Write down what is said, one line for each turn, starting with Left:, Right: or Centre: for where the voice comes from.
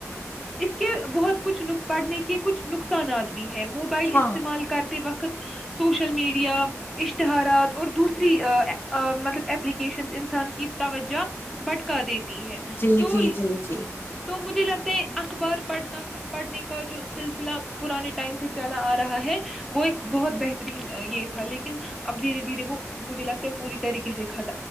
Centre: اس کہ بہت کچھ ن پڑنے کے کچھ نقصانات بھی ہیں موبائل
Left: ہاں
Centre: استعمال کرتے وقت سوشل میڈیا اشتہارات اور دوسری مطلب اپپلیکیشن انسان کی توجہ بھٹکا دیتی ہے
Left: جی
Centre: تو
Left: جی جی جی
Centre: تو مجھے جلع ت اکبر پڑھنا پڑھنے کا جو سلسلہ پرانے ٹائم سے چلا آ رہا ہے وہ ایک بہت بہترین یہ تھا لیکن اب دھیرے دھیرے وہ مجھے لگتا ہے پوری طریقے سے ک